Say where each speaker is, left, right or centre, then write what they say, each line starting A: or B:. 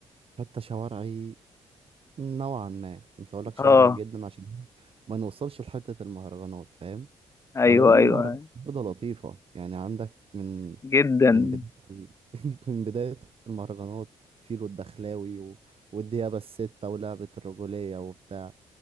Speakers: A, on the right; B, on the left.
A: حتة شوارعي نوعا ما مش هقول لك شوارعي
B: اه
A: جدا عشان ما نوصلش لحتة المهرجانات فاهم
B: ايوه
A: ولو ان
B: ايوه
A: المهرجانات برضه لطيفة يعني عندك من
B: جدا
A: من بداية <laughs> ال- من بداية المهرجانات فيلو الدخلاوي و... والديابة الستة ولعبة الرجولية وبتاع